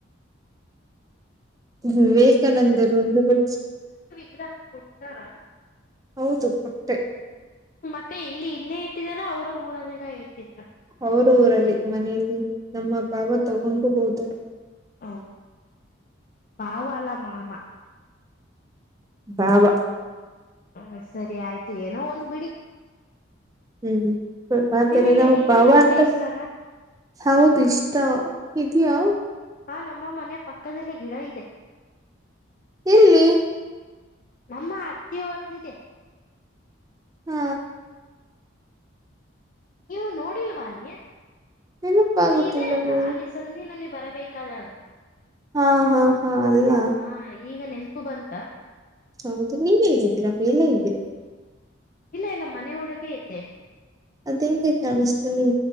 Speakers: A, on the right (about 15°); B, on the left (about 40°).
A: ವಿವೇಕಾನಂದರು ವಿ
B: ಆಗ್ರಹ ಕೊಟ್ಟಾರ
A: ಹೌದು ಕೊಟ್ಟೆ
B: ಮತ್ತೆ ಎಲ್ಲಿ ಇಲ್ಲೇ ಇಟ್ಟಿದಾರ ಅವರ ಊರಲ್ಲಿಿಂದ ಇಟ್ಟಾರ
A: ಅವರೂರಲಿ ಮನೆಯಲ್ಲಿ ನಮ್ಮ ಭಾವ ತಗೊಂಡು ಹೋದರು
B: ಹೌದಾ ಪಾವಲ್ಲ ಮಾಮ
A: ಬಬ
B: ಹ ಸರಿ ಆಯ್ತು ಏನೋ ಒಂದ್ ಬಿಡಿ
A: ಹ್ಮ್ ಆದದಲ್ಲಿ
B: ನಿಮಗೆ
A: ನಾವು
B: ಎಳ್ನೀರು
A: ಬಾವ
B: ಅಂದ್ರೆ
A: ಅಂತ
B: ಇಷ್ಟಾನ
A: ಹೌದು ಇಷ್ಟ ಇದಯಾ
B: ಹಾ ನಮ್ಮ ಮನೆ ಪಕ್ಕದಲ್ಲಿ ಗಿಡ ಇದೆ
A: ಎಲ್ಲಿ
B: ನಮ್ಮ ಅಜಿ ಹೊರದಿದೆ
A: ಹ್ಮ
B: ನೀವು ನೋಡಿಲ್ವಾ ಅಲ್ಲಿ
A: ನೆನಪಾಗುತ್ತಿಲ್ಲವೇ
B: ಇಲ್ಲಿ ಇದೆ ಅಲ್ಲ ಅಲ್ಲಿ ಸಂದಿನಲ್ಲಿ ಬರಬೇಕಾದಾಗ
A: ಹಾ ಹಾ ಹಾ ಅಲ್ಲ
B: ಹ ಈಗ ನೆನಪು ಬಂತ
A: ಹೌದು ನೀನ್ ಹೇಗಿದ್ದೀರಾ ಮೇಲೆ ಇದ್ದೀರಾ
B: ಇಲ್ಲ ಇಲ್ಲ ಮನೆ ಒಳಗೇ ಇದ್ದೇನೆ
A: ಅದಂಗ ಕಮಸ್ತನ